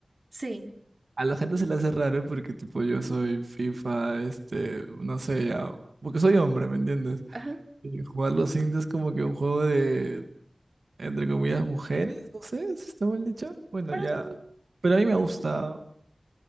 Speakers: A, on the right (about 50°); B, on the right (about 80°).
A: Sí,
B: A la gente se le hace raro porque tipo yo soy FIFA, este, no sé, ya, porque soy hombre, ¿me entiendes?
A: ajá.
B: Y jugar los Sims es como que un juego de, entre comillas, mujeres, no sé, si está mal dicho. Bueno,
A: Pero
B: ya,
A: ujú,
B: pero a mí me gusta.